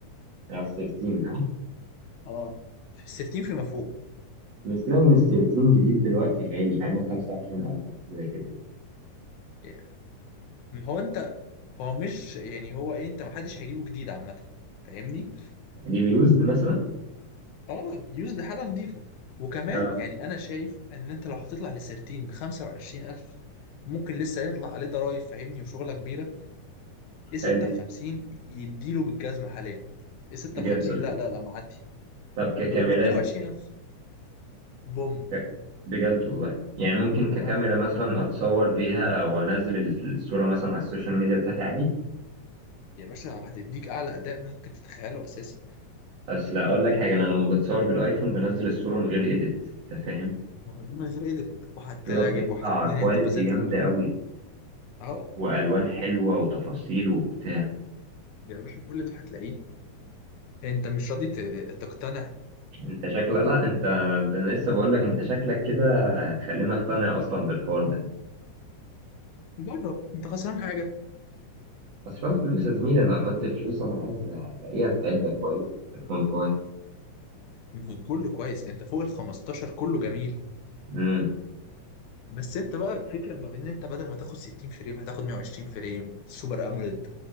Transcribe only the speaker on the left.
اه السرتين فيما فوق
يعني هو انت هو مش يعني هو ايه انت محدش هيجيبه جديد عامه فاهمني
اه يوز ده حاجه نظيفه وكمان
يعني انا شايف ان انت لو هتطلع لسيرتين ب 25000 ممكن لسه يطلع عليه ضرايب فاهمني وشغله كبيره ايه
6 ب 50 يديله بالجزمه حاليا ايه 6
ب 50
لا لا لا معدي
وب 22000 بوم
اه والله
يا باشا هتديك اعلى اداء ممكن تتخيله اساسا
ما هو دي من غير ايديت وهتعجب
وهت- الدنيا
هتبقى زي الفل
اهو
يا باشا كل ده هتلاقيه انت مش راضي ت- تقتنع
جرب انت خسران حاجه
مم. كله كويس انت فوق ال 15 كله جميل
بس انت بقى فكرة ما بين ان انت بدل ما تاخد 60 فريم هتاخد 120 فريم سوبر اموليد